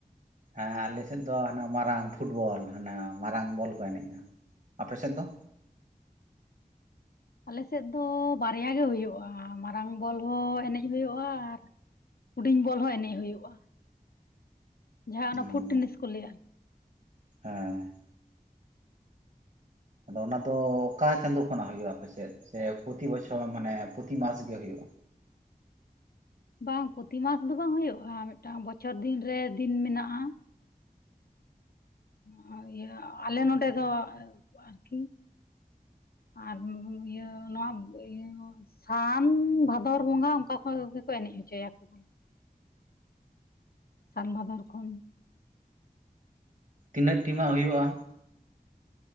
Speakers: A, on the right; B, on the left.
A: ᱦᱮᱸ ᱟᱞᱮ ᱥᱮᱫ ᱫᱚ ᱦᱟᱱᱟ ᱢᱟᱨᱟᱝ ᱯᱷᱩᱴᱵᱚᱞ ᱦᱟᱱᱟ ᱢᱟᱨᱟᱝ ᱵᱚᱞ ᱠᱚ ᱮᱱᱮᱡᱼᱟ, ᱟᱯᱮ ᱥᱮᱫ ᱫᱚ?
B: ᱟᱞᱮ ᱥᱮᱫ ᱫᱚ ᱵᱟᱨᱭᱟ ᱜᱮ ᱦᱩᱭᱩᱜᱼᱟ ᱢᱟᱨᱟᱝ ᱵᱚᱞ ᱦᱚᱸ ᱮᱱᱮᱡ ᱦᱩᱭᱩᱜᱼᱟ, ᱟᱨ ᱦᱩᱰᱤᱧ ᱵᱚᱞ ᱦᱚᱸ ᱮᱱᱮᱡ ᱦᱩᱭᱩᱜᱼᱟ ᱾ ᱡᱟᱦᱟᱸ
A: ᱦᱩᱸ
B: ᱚᱱᱟ ᱯᱷᱩᱴᱤᱱᱤᱥ ᱠᱚ ᱞᱟᱹᱭᱟ ᱾
A: ᱦᱮᱸ ᱾ ᱟᱫᱚ ᱚᱱᱟ ᱫᱚ ᱚᱠᱟ ᱪᱟᱸᱫᱳ ᱠᱷᱚᱱᱟᱜ ᱦᱳᱭᱳᱜᱼᱟ ᱟᱯᱮ ᱥᱮᱫ? ᱥᱮ ᱯᱚᱛᱤ ᱵᱚᱪᱷᱚᱨ ᱢᱟᱱᱮ ᱯᱚᱛᱤ ᱢᱟᱥ ᱜᱮ ᱦᱩᱭᱩᱜᱼᱟ?
B: ᱵᱟᱝ ᱯᱚᱛᱤ ᱢᱟᱥ ᱫᱚ ᱵᱟᱝ ᱦᱩᱭᱩᱜᱼᱟ ᱢᱤᱫᱴᱟᱝ ᱵᱚᱪᱷᱚᱨ ᱫᱤᱱ ᱨᱮ ᱫᱤᱱ ᱢᱮᱱᱟᱜᱼᱟ ᱾ ᱦᱚ ᱸ ᱤᱭᱟᱹ ᱟᱞᱮ ᱱᱚᱰᱮ ᱫᱚ ᱟᱨᱠᱤ ᱾ ᱟᱨ ᱤᱭᱟᱹ ᱱᱚᱣᱟ ᱤᱭᱟᱹ ᱥᱟᱱ ᱵᱷᱟᱫᱚᱨ ᱵᱚᱸᱜᱟ ᱚᱱᱠᱟ ᱠᱷᱚᱱ ᱜᱮᱠᱚ ᱮᱱᱮᱡ ᱦᱚᱪᱚᱭᱟᱠᱚ ᱾ ᱥᱟᱱ ᱵᱷᱟᱫᱚᱨ ᱠᱷᱚᱱ ᱾
A: ᱛᱤᱱᱟᱹᱜ ᱴᱤᱢᱟᱜ ᱦᱳᱭᱳᱜᱼᱟ?